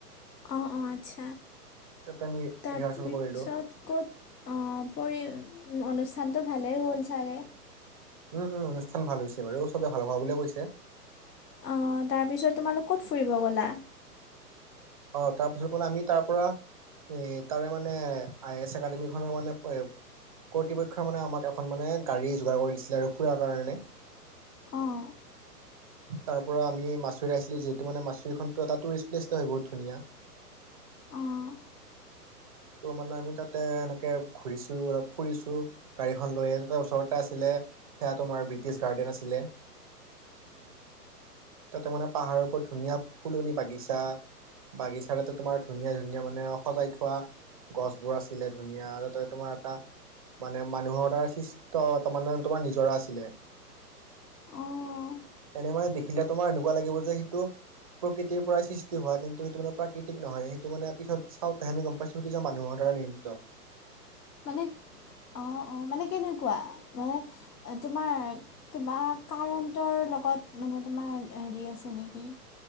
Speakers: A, on the left; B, on the right.
A: অ', অ', আচ্ছা।
B: তাতে আমি
A: তাৰপিছত
B: ৰিহাৰ্চেল কৰিলো
A: ক'ত - অ', পৰি, অনুষ্ঠানটো ভালেই হ'ল চাগে?
B: উম, উম, অনুষ্ঠান ভাল হৈছে বাৰু। চবে ভাল হোৱা বুলিয়ে কৈছে।
A: অ', তাৰপিছত তোমালোক ক'ত ফুৰিব গ'লা?
B: অ', তাৰপিছত মানে আমি তাৰ পৰা - এ', তাৰে মানে আই এছ একাডেমি খনৰ মানে - কৰ্তৃপক্ষই মানে আমাক এখন মানে গাড়ী যোগাৰ কৰি দিছিলে আৰু ফুৰাৰ কাৰণে।
A: অ'।
B: তাৰ পৰা আমি মাচুৰী আহিছিলোঁ যিহেতু মানে মাচুৰীখনটো এটা টুৰিষ্ট প্লেচট হয় বহুত ধুনীয়া।
A: অঁ
B: ত' মানে আমি তাতে এনেকে ঘূৰিছোঁ, আৰু ফুৰিছোঁ। গাড়ীখন লৈ তাতে ওচৰতে আছিলে সেয়া তোমাৰ ব্ৰিটিছ গাৰ্ডেন আছিলে। তাতে মানে পাহাৰৰ ওপৰত ধুনীয়া ফুলনি বাগিচা - বাগিচা তাতে তোমাৰ ধুনীয়া ধুনীয়া মানে সজাই থোৱা - গছবোৰ আছিলে ধুনীয়া। তাতে তোমাৰ এটা - মানে মানুহৰ দ্বাৰা সৃষ্ট, তাৰমানে তোমাৰ নিজৰা আছিলে।
A: অঁ
B: এনেই মানে দেখিলে তোমাৰ এনেকুৱা লাগিব যে, সেইটো - প্ৰকৃতিৰ পৰাই সৃষ্টি হোৱা। কিন্তু সেটো মানে প্ৰাকৃতিক নহয়। সেইটো মানে পিছত চাওঁতে আমি গম পাইছোঁ - সেইটো যে মানুহৰ দ্বাৰা নিৰ্মিত।
A: মানে অ', অ'। মানে কেনেকুৱা? মানে অ', তোমাৰ - কিবা কাৰেন্টৰ লগত মানে তোমাৰ হেৰি আছে নেকি?